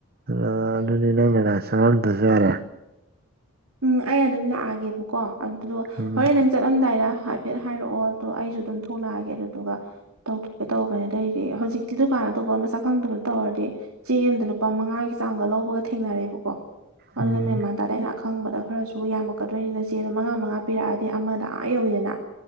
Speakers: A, on the right; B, on the right.
A: ꯑ ꯑꯗꯨꯗꯤ ꯅꯪꯅ ꯆꯪꯉꯝꯗꯁꯨ ꯌꯥꯔꯦ
B: ꯎꯝ ꯑꯩ ꯑꯗꯨꯝ ꯂꯥꯛꯑꯒꯦꯕꯀꯣ ꯑꯗꯨꯗꯣ
A: ꯎꯝ
B: ꯍꯣꯔꯦꯟ ꯅꯪ ꯆꯠꯂꯝꯗꯥꯏꯗ ꯐꯦꯠ ꯍꯥꯏꯔꯛꯑꯣ ꯑꯗꯣ ꯑꯩꯁꯨ ꯑꯗꯨꯝ ꯊꯣꯛꯂꯛꯑꯒꯦ ꯑꯗꯨꯗꯨꯒ ꯇꯧꯊꯣꯛꯀꯦ ꯇꯧꯕꯅꯦ ꯑꯗꯩꯗꯤ ꯍꯧꯖꯤꯛꯇꯤ ꯗꯨꯀꯥꯟ ꯑꯇꯣꯞꯄ ꯃꯁꯛ ꯈꯪꯗꯕꯅ ꯇꯧꯔꯗꯤ ꯆꯦꯡ ꯑꯃꯗ ꯂꯨꯄꯥ ꯃꯉꯥꯒꯤ ꯆꯥꯡꯒ ꯂꯧꯕꯒ ꯊꯦꯡꯅꯔꯦꯕꯀꯣ ꯑꯗꯨꯅ
A: ꯎꯝ
B: ꯃꯦꯟꯃꯥꯟ ꯇꯗ ꯑꯩꯅ ꯈꯪꯕꯗ ꯈꯔꯁꯨ ꯌꯥꯝꯃꯛꯀꯗꯣꯏꯅꯤꯅ ꯆꯦ ꯑꯗꯨꯗꯣ ꯃꯉꯥ ꯃꯉꯥ ꯄꯤꯔꯛꯑꯗꯤ ꯑꯃꯗ ꯑꯥ ꯌꯧꯋꯤꯗꯅ